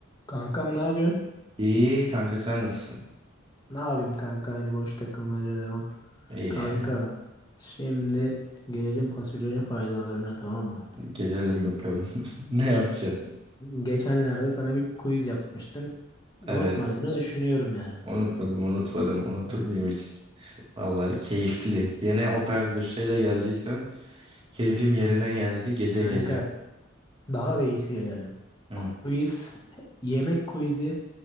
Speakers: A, on the left; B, on the right.
A: Kankam ne yapıyorsun?
B: İyi kanka sen nasılsın?
A: Ne yapayım kanka aynı boş takılmaca devam.
B: İyi.
A: Kanka şimdi gelelim fasulyenin faydalarına tamam mı?
B: Gelelim bakalım. <laughs> Ne yapacaksın?
A: Geçenlerde sana bir quiz yapmıştım. Unutmadığını
B: Evet.
A: düşünüyorum yani.
B: Unutmadım, unutmadım. Unutur
A: Hı hı.
B: muyum hiç? Vallahi keyifli. Yine o tarz bir şeyle geldiysen keyfim yerine geldi gece
A: Kanka
B: gece.
A: daha da iyisiyle gelelim.
B: Hı.
A: Quiz, yemek quizi